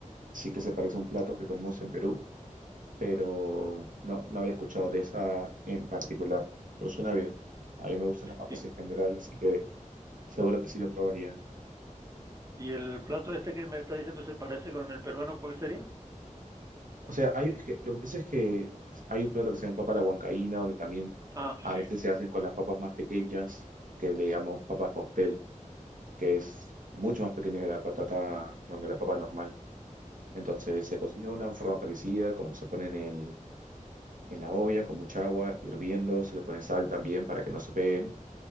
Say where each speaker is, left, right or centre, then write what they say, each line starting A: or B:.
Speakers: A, on the right; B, on the right.
A: sí que se parece a un plato que comemos en Perú, pero no, no había escuchado de esa en particular. Pero suena bien. A mí me gustan las papas
B: Y,
A: en general, así que seguro que sí lo probaría.
B: y el plato este que me está diciendo se parece con el peruano, ¿cuál sería?
A: O sea, hay, es que, lo que pasa es que es- hay un plato que se llama papa a la huancaína, donde también
B: Ah,
A: a
B: sí,
A: veces se hacen
B: lo
A: con
B: conozco.
A: las papas más pequeñas, que le
B: Ujú,
A: llamamos papa cóctel, que
B: ujú,
A: es mucho más pequeña que la patata, bueno, que la papa normal. Entonces
B: ujú.
A: se cocina de una forma parecida, como que se pone en el- en la olla con mucha agua, hirviendo, se le pone sal también para que no se peguen.